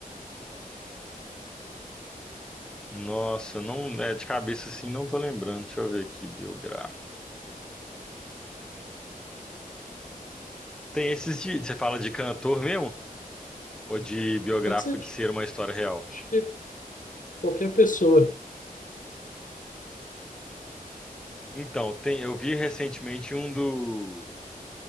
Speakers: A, in the centre; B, on the left.
A: Nossa, não, é de cabeça, assim, não tô lembrando. Deixa eu ver aqui, biográfico. Tem esses de, você fala de cantor mesmo? Ou de biográfico
B: Pode ser de-
A: de ser uma história real?
B: acho que qualquer pessoa.
A: Então, tem, eu vi recentemente um do